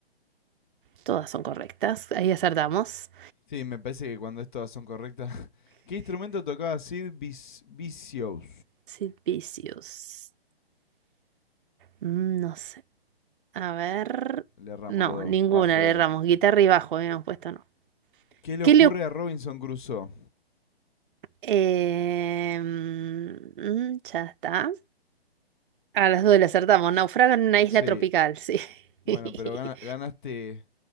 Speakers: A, on the right (about 55°); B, on the left (about 50°).
A: Todas son correctas, ahí acertamos.
B: Sí, me parece que cuando es todas son correctas. <laughs> ¿Qué instrumento tocaba Sid Vis- Vicious?
A: Sid Vicious. Mm, no sé, a ver.
B: Le erramos
A: No,
B: los dos.
A: ninguna
B: Bajo
A: le
B: era.
A: erramos, guitarra y bajo, habíamos puesto no.
B: ¿Qué le
A: ¿Qué
B: ocurre
A: le... oc-
B: a Robinson Crusoe?
A: Em, mm, ya está. A las dos le acertamos. Naufraga en una isla
B: Sí.
A: tropical, sí.
B: Bueno,
A: <laughs>
B: pero gana- ganaste.